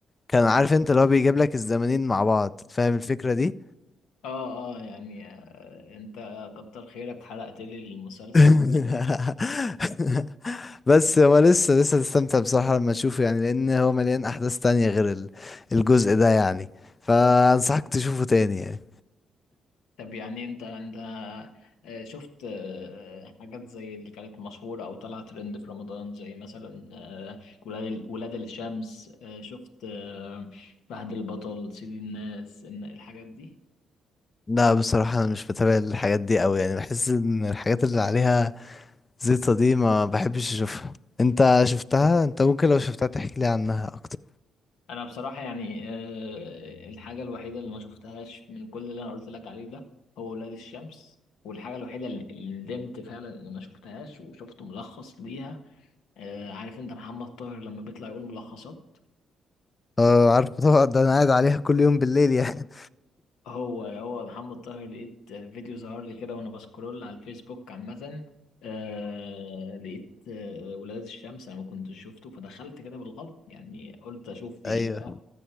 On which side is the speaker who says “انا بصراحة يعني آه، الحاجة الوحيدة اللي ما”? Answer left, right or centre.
Left